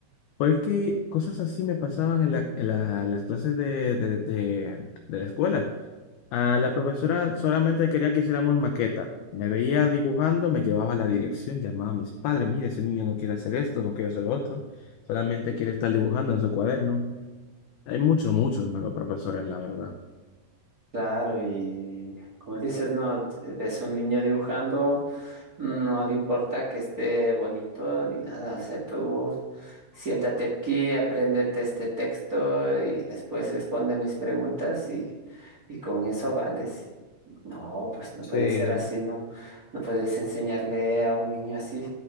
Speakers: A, on the left; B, on the right.
A: Porque cosas así me pasaban en la- en la- las clases de, de, de- de la escuela. A la profesora solamente quería que hiciéramos maqueta. Me veía dibujando, me llevaba a la dirección, llamaba a mis padres, mire, ese niño no quiere hacer esto, no quiere hacer lo otro, solamente quiere estar dibujando en su cuaderno. Hay muchos, muchos malos profesores, la verdad.
B: Claro, y como dices, no, es un niño dibujando, no le importa que esté bonito ni nada, o sea, tú siéntate aquí, apréndete este texto y después responde mis preguntas y, y con eso vales. No, pues no
A: Sí.
B: puede ser así, no, no puedes enseñarle a un niño así.